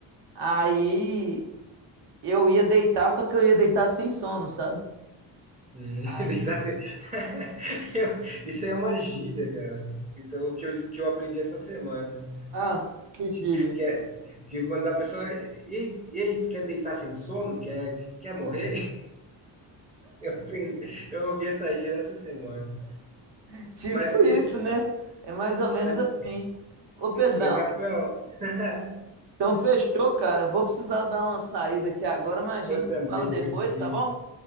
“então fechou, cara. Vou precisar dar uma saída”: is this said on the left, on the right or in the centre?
Right